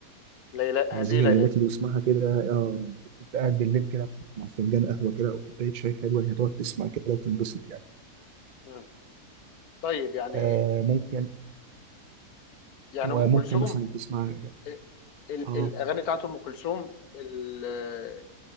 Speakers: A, on the left; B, on the right.
A: ليلى هذه
B: هذه
A: ليلتي
B: ليلتي بسمعها كده اه انت قاعد بالليل كده مع فنجان قهوه كده او كوبايه شاي حلوه هتقعد تسمع كده وتنبسط يعني
A: مم. طيب يعني
B: آه ممكن
A: يعني
B: وممكن
A: ام كلثوم
B: مثلا تسمع
A: ال- ال-
B: اه
A: الاغاني بتاعت ام كلثوم ال-